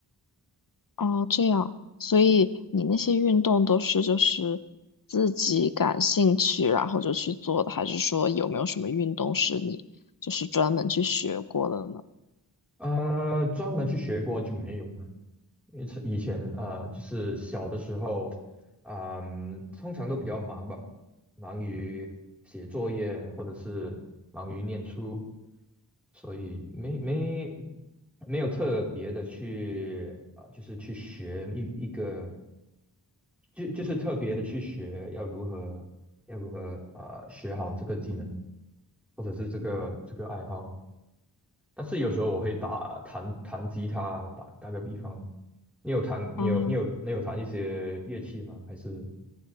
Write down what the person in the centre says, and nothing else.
呃，专门去学过就没有呢。因为是以前啊呃，就是小的时候，啊嗯，通常都比较忙吧，忙于写作业或者是忙于念书，所以没没没有特别的去啊、呃就是去学一一个，就就是特别的去学要如何要如何啊、呃学好这个技能，或者是这个这个爱好。但是有时候我会打弹弹吉他，打打个比方，你有弹你有你有你有弹一些乐器吗？
还是